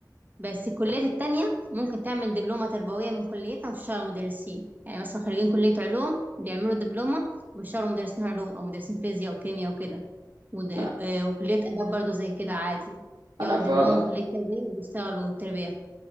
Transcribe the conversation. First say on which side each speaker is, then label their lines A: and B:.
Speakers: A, on the right; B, on the right.
A: بس الكليات التانية ممكن تعمل دبلومة تربوية من كليتنا وتشتغل مدرسين يعني مثلا خريجين كلية علوم بيعملوا دبلومة وبيشتغلوا مدرسين علوم أو مدرسين فيزياء وكيمياء وكده ود...
B: انا
A: آه، وكلية آداب برضو زي كده عادي ياخدوا
B: انا فعلا
A: دبلومة من كلية تربية ويشتغلوا التربية